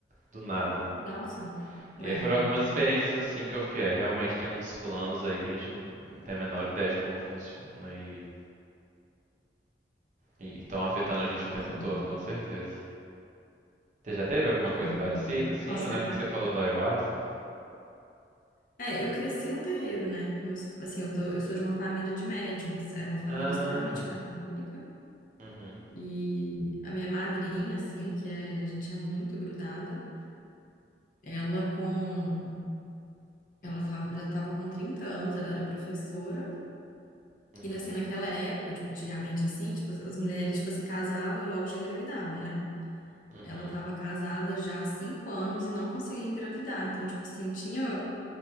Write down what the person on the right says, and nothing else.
do nada?
E aí foram algumas experiências assim que eu fiquei, é, realmente tem uns planos aí que a gente não não tem a menor ideia de como funciona e e estão afetando a gente
o tempo todo, com certeza. Você já teve alguma coisa
parecida, assim?
Eu lembro
que você falou do ayahuasca.
Ah.
Uhum,
uhum,
uhum,